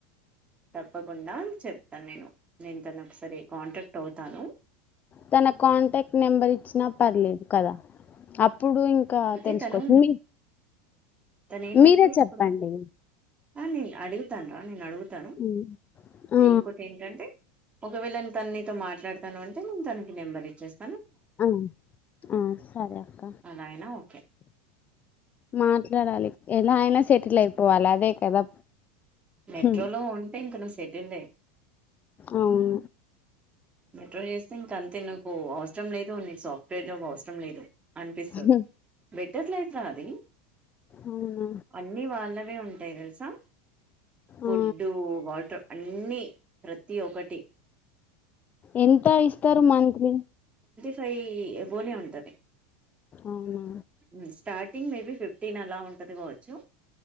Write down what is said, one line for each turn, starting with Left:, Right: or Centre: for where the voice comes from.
Right: తప్పకుండా చెప్త నేను దీన్ తోని ఒకసారి కాంటాక్ట్ అవుతాను
Left: తన కాంటక్ నెంబర్ ఇచ్చిన పర్లేదు కదా అప్ ఇప్పుడు ఇంకా
Right: అయితే
Left: తెలుసుకోవచ్చు
Right: తను
Left: మి
Right: తను ఏంటంటే
Left: మీరే చెప్పండి
Right: ఇప్పుడు ఆ నేన్ అడుగుతాండ్ర నేను అడుగు తను
Left: ఉమ్. ఆ
Right: ఇంకోటెంటంటే ఒకవేళ తన్ నీతోని మాట్ ట్లాడుతాను అంటే తనకి నెంబర్ ఇచ్చేస్
Left: అ ఆ సరే అక్క
Right: అలా అయినా ఓకే
Left: మాట్ల టడాలి ఎలా అయినా సెటిల్ అయిపోవాలి అదే కదా
Right: మెట్రోలో
Left: హ్మ్,
Right: ఉంటే ఇంక నువు సెటిల్డ్ ఏ
Left: అవును
Right: మెట్రోల్ చేస్తే ఇంక అంతే నీకు అవసరం లేదు నీకు సాఫ్ట్వేర్ జాబ్ అవసరం లేదు అనిపిస్తది
Left: హ్మ్,
Right: బెటర్ లైఫ్ రా అది
Left: అవునా
Right: అన్ని వాళ్ళవే ఉంటయి తెలుసా ఫుడ్డు
Left: ఆ
Right: వాటర్ అన్నీ ప్రతి ఒకటి
Left: ఎంత ఇస్తరు మంత్లీ
Right: ఫై ఎబోనే ఉంటది
Left: అవునా
Right: ఉ స్టార్టింగ్ మేబి ఫిఫ్టీన్ అలా ఉంటది కావచ్చు